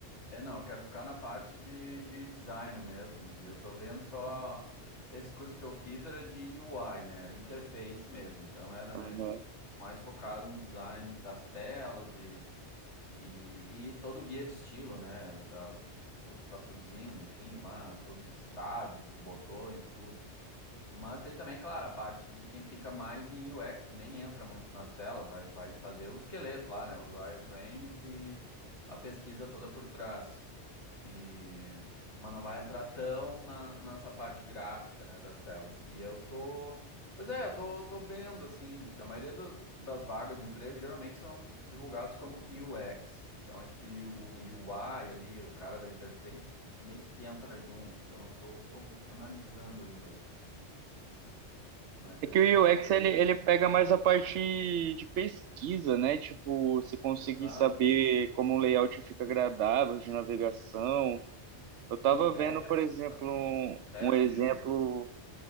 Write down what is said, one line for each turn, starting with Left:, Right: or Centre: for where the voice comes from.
Left: É, não, eu quero ficar na parte de, de design mesmo. De, eu tô vendo só. Esse curso que eu fiz era de UI, né? Era interface mesmo. Então era,
Right: Aham.
Left: né, tipo, mais focado no design das telas e, e, e todo o guia de estilo, né? Da, do que tu tá produzindo, enfim, lá, todos os estados, dos botões e tudo. Mas tem também, claro, a parte de quem fica mais em UX, que nem entra muito nas telas, vai, vai fazer o esqueleto lá, né? Os wireframes e a pesquisa toda por trás. E... Mas não vai entrar tão na, nessa parte gráfica, né, das telas. E eu tô. Pois é, eu tô, tô vendo, assim, que a maioria do- das vagas de emprego geralmente são divulgados como UX. Então acho que o, o UI ali, o cara da interface, meio que entra junto. Então eu tô, tô analisando ainda. Mas
Right: É
Left: é.
Right: que o UX ele, ele pega mais a parte de pesquisa, né? Tipo, você conseguir
Left: Exato.
Right: saber como um layout fica agradável de navegação. Eu
Left: Sim,
Right: tava
Left: e teste,
Right: vendo, por exemplo,
Left: faz
Right: um,
Left: teste
Right: um exemplo,
Left: de uso.